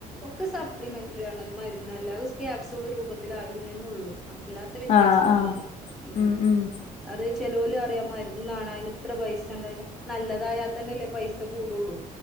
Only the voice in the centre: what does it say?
ഒക്കെ സപ്ലിമെന്റെറ്രിയാണ് മര്ന്നല്ല അത് ക്യാപ്സൂള് രൂപത്തിലായിന്നെന്നൊ ഉള്ളൂ അല്ലാത്ത വ്യത്യാസൊന്നുംല്ല
ഉം
അത് ചെലോല് പറയും മരുന്നാണ് ഐന് ഇത്ര പൈസണ്ടായ്നു നല്ലതായതന്നെല്ലേ പൈസകൂടൊള്ളൂ